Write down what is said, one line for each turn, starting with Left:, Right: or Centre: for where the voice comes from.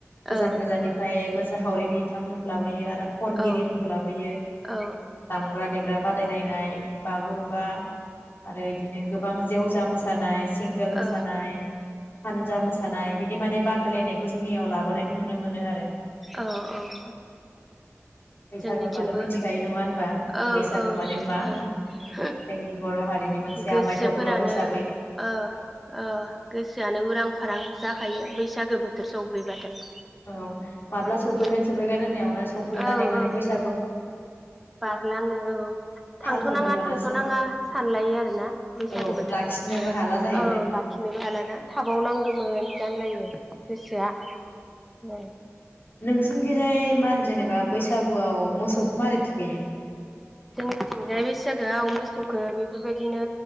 Left: गोजान
Centre: औ
Left: गोजाननिफ्राय मोसाखावरि बि थां मोनलाबोयो आरो खनगिरि
Centre: औ
Left: लाबोयो
Centre: औ
Left: दामग्रा देग्रा बादायनाय बागुरुमबा आरो बिदिनो गोबां जेवजा मोसानाय सिंगोल मोसानाय
Centre: औ
Left: हानजा मोसानाय बिदि बिदि माने बादायनायखौ जोंनियाव लाबोनायखौ नुनो मोनो आरो
Centre: औ औ
Left: बैसागु
Centre: जोंनिथिंबो
Left: होनबाथ' मिथिखायो नङा होनबा
Centre: औ
Left: बैसागु
Centre: औ
Left: माने मा जोंनि बर' हारिनि मोनसे
Centre: गोसोफोरानो
Left: आमाय थख्ल' हिसाबै
Centre: अ अ गोसोआनो उरां फारां जाखायो बैसागो बोथोर सफैबाथाय
Left: औ माब्ला
Centre: नङा
Left: सफैगोन
Centre: होमबा
Left: सफैगोन होननायावनो सफैनानै
Centre: औ
Left: माने
Centre: औ
Left: बैस
Centre: बारलाङो औ
Left: थालखौनो
Centre: थांथ'नाङा
Left: मोनासै
Centre: थांथ'नाङा सानलायो आरोना बैसागु
Left: औ
Centre: बोथोरखौ
Left: लाखिनोबो हाला जाहैबाय
Centre: औ लाखिनोबो हालाना थाबाव नांगौमोन जानलायो गोसाआ औ
Left: नोंसिनिखिजाय मा होनो जेनेबा बैसागुआव मोसौखौ मारै थुखैयो
Centre: जोङोथिंजाय बैसागोआव मोसौखौ बेफोरबायदिनो